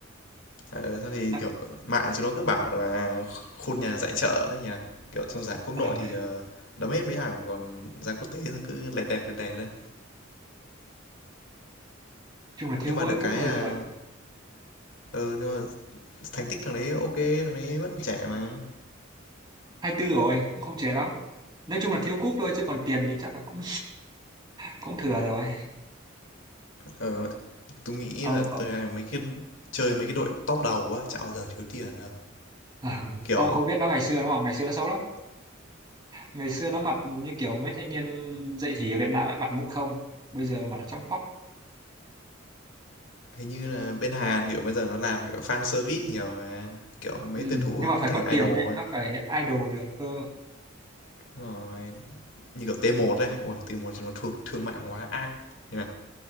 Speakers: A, on the left; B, on the right.
A: Ờ, thôi thì,
B: nó,
A: kiểu, mạng chúng nó cứ bảo là khuôn nhà giải chợ đấy nhỉ? Kiểu, trong giải quốc
B: ờ,
A: nội thì,
B: đấy.
A: ờ, đấm hết mấy thằng, còn giải quốc tế là cứ lẹt đẹt, lẹt đẹt thôi.
B: chung là thiếu
A: Nhưng mà
B: mỗi
A: được
B: cúp
A: cái
B: rồi
A: là
B: chứ còn
A: ừ, nhưng mà thành tích thằng đấy OK, thằng đấy vẫn trẻ mà.
B: hai tư rồi cũng không trẻ lắm nói chung là thiếu cúp thôi chứ còn tiền thì chắc là cũng cũng thừa rồi
A: Ờ, tôi nghĩ
B: ông
A: là tui mấy cái chơi mấy cái đội top đầu á, chả bao giờ thiếu tiền đâu.
B: <laughs>
A: Kiểu,
B: ông không biết nó ngày xưa đúng không ngày xưa nó xấu lắm ngày xưa nó mặt như kiểu mấy thanh niên dậy thì ở Việt Nam ấy mặt mũi không bây giờ mặt nó trong phóc
A: hình như là bên Hàn, kiểu, bây giờ nó làm, kiểu, fan service nhiều mà. Kiểu, mấy
B: ừ.
A: tuyển thủ
B: nhưng
A: nó
B: mà phải
A: cứ thành
B: có tiền
A: idol
B: đấy nó
A: ấy.
B: phải idol được cơ
A: rồi, như kiểu T1 đây ôi T1 thì nó thương, thương mại hóa ác nhỉ?